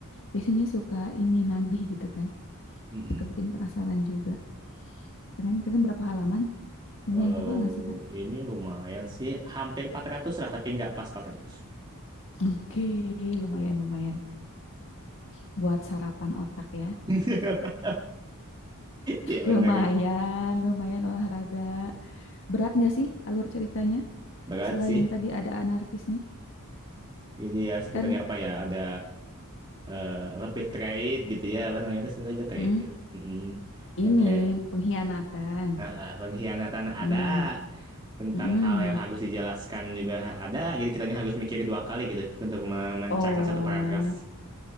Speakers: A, on the left (about 60°); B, on the right (about 20°).
A: Biasanya suka ini nagih gitu kan.
B: Mm-mm.
A: suka bikin penasaran juga. Keren, keren berapa halaman? Lumayan
B: Kalau
A: tebal nggak sih, Kak?
B: ini lumayan sih, hampir 400 lah, tapi nggak pas 400.
A: Oke, lumayan, lumayan. Buat sarapan otak ya.
B: <laughs> Ya benar
A: Lumayan,
B: aja.
A: lumayan olahraga. Berat nggak sih alur ceritanya?
B: Berat
A: Selain
B: sih.
A: tadi ada anarkisnya.
B: Jadi ya sebutannya
A: Kan
B: apa ya, ada eh, apa bad trade gitu ya, apa namanya itu sebenarnya bad trade.
A: mm,
B: Gitu. Mm-mm. Yang
A: ini
B: kayak
A: pengkhianatan.
B: ah, ah, pengkhianatan ada,
A: Mm,
B: tentang
A: mm.
B: hal yang harus dijelaskan juga ha- ada, jadi kitanya harus mikir dua kali gitu untuk me- mencerna
A: Oh,
B: satu paragraf.